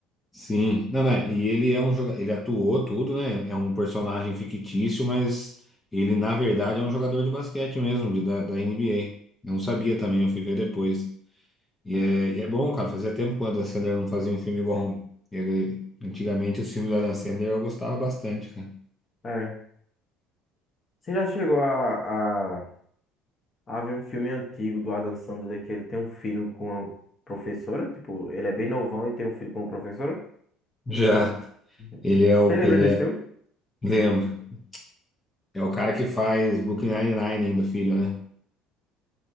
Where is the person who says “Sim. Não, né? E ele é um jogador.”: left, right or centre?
Left